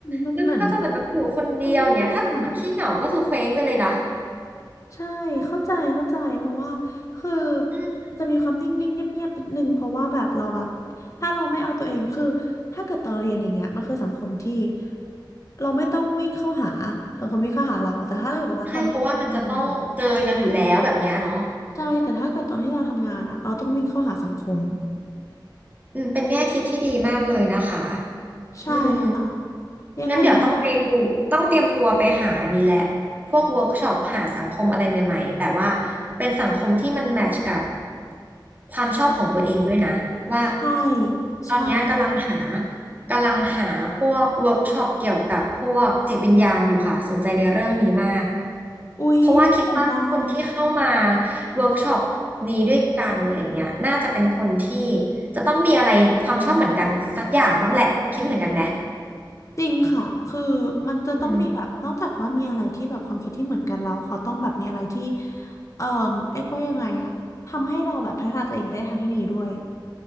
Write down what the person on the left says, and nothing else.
มันเหมือน
มันนิ่งๆหน่อยใช่เข้าใจเข้าใจเพราะว่าคือ
จะมีความนิ่งๆเงียบๆนิดนึงเพราะว่าแบบเราแบบถ้าเราไม่เอาตัวเองคือถ้าเกิดตอนเรียนอย่างเงี้ยมันคือสังคมที่เราไม่ต้องวิ่งเข้าหาสังคมวิ่งเข้าหาเราแต่ถ้าเกิดว่าตอนที่เราทำงาน
ใช่แต่ถ้าเกิดตอนที่เราทำงานอะเราต้องวิ่งเข้าหาสังคม
ใช่ค่ะ
ยังไงวัน
ใช่
ใช่
อุ๊ยน่าสนใจ
จริงค่ะคือมันจะต้องมีแบบนอกจากว่ามีอะไรที่แบบความคิดที่เหมือนกันแล้วเขาต้องแบบมีอะไรที่
เอ่อเรียกว่ายังไงอะทำให้เราแบบพัฒนาตัวเองไปในทางที่ดีด้วย